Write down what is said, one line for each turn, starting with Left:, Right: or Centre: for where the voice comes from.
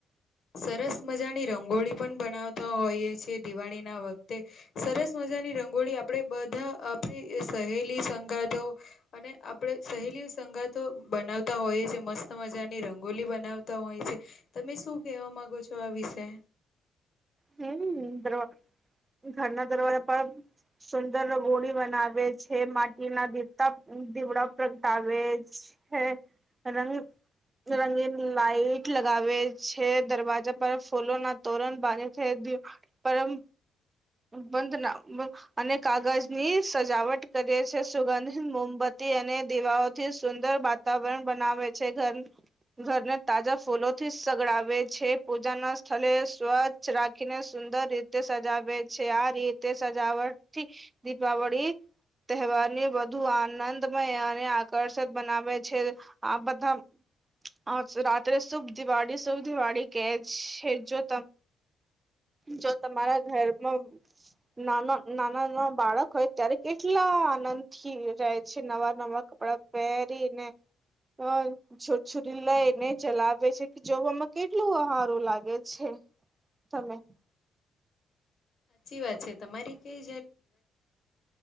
Left: સરસ મજાની રંગોળી પણ બનાવતા હોઈએ છીએ દિવાળી ના વખતે સરસ મજાની રંગોળી આપણેે બધા આપણી સહેલી સંગાતો અને આપણે સહેલીઓ સંગાતો બનાવતા હોઈએ છીએ. મસ્ત મજાની રંગોલી બનાવતા હોઈ છે. તમે શું કેવા માંગો છો આ વિષે??
Right: હમ દરવા ઘરના દરવાજા પણ સુંદર રઘોળી બનાવે છે. માટી ના દીપતા દીવડા પ્રગટાવે છે. હે રંગ. રંગી લાાઈટ લગાવે છે. દરવાજા પર ફૂલો ના તોરણ બાગે છે દ પરમ. બંધ ના. અને કાગજ ની સજાવટ કરી છે. સુગંધ મોમબત્તી અને દીવાઓથી સુંદર બા તતાવણ બનાવે છે. ઘર ઘરને તાજા ફૂલો થી સગડાવે છે. પૂજા ના સ્થળ સ્વ રાખીને સુંદર રીતે સજાવે. છે. આ રીતે સજાવટ થી દીપાવળી તહેવારને વધુ આનંદમય અને આકર્ષક બનાવે છે. આ બધા. હા રાત્રે શુભ દિવાળી શુભ દિવાળી કે છે જો તમે. જો તમારા ઘરમા નાના નાના નાના. પેરી ને હ. છોટછોરી લઈને ચલાવે છે કે જોવામાં કેટલું આહારું લાગે છે. <inaudible>
Left: સાચી વાત છે તમારી કંઈ.